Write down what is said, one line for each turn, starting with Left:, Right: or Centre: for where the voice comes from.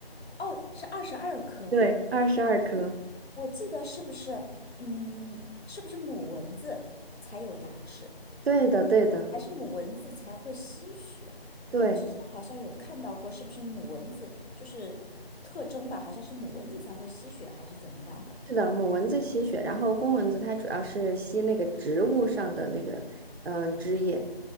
Left: 哦，是二十二颗。
Right: 对，二十二颗。
Left: 我记得是不是，嗯，是不是母蚊子才有牙齿，
Right: 对的，对的，
Left: 还是母蚊子才会吸血？我之前好像有看到过，
Right: 对。
Left: 是不是母蚊子就是特征吧？好像是母蚊子才会吸血，还是怎么样的？
Right: 是的，母蚊子吸血，然后公蚊子它主要是吸那个植物上的那个嗯汁液。